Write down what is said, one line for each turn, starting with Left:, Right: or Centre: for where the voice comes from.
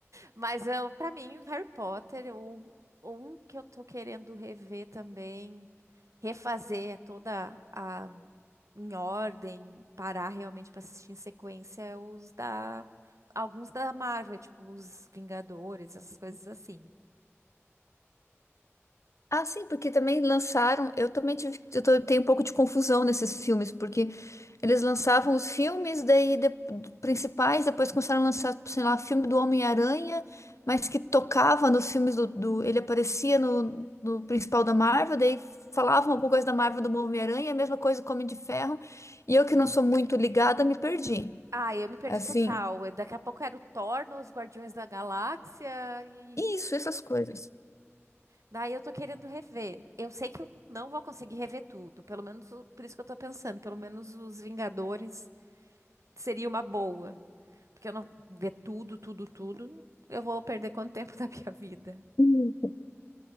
Right: Mas eu, para mim, o Harry Potter, o um que eu tô querendo rever também, refazer é toda a em ordem, parar realmente pra assistir em sequência é os da alguns da Marvel, tipo os Vingadores, essas coisas assim.
Left: Ah, sim, porque também lançaram. Eu também tive, eu tô- tenho um pouco de confusão nesses filmes, porque eles lançavam os filmes, daí de- principais, depois começaram a lançar, sei lá, filme do Homem-Aranha, mas que tocava nos filmes do, do- ele aparecia no, no principal da Marvel, daí falavam alguma coisa da Marvel do Homem-Aranha, a mesma coisa com o Homem de Ferro, e eu que não sou muito ligada, me perdi.
Right: Ah, eu me perdi
Left: Assim,
Right: total. Eu- Daqui a pouco era o Thor nos Guardiões da Galáxia e
Left: isso, essas coisas.
Right: daí eu tô querendo rever. Eu sei que eu não vou conseguir rever tudo, pelo menos o- por isso que eu tô pensando, pelo menos os Vingadores seria uma boa. Porque eu não ver tudo, tudo, tudo, eu vou perder quanto tempo <laughs> da minha vida.
Left: Hum.